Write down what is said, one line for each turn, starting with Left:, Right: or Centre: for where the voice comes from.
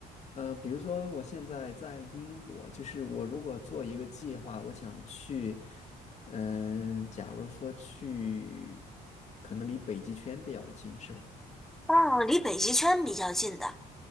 Left: 呃，比如说我现在在英国，就是我如果做一个计划，我想去，嗯、假如说去，可能离北极圈比较近，是吧？
Centre: 哦，离北极圈比较近的。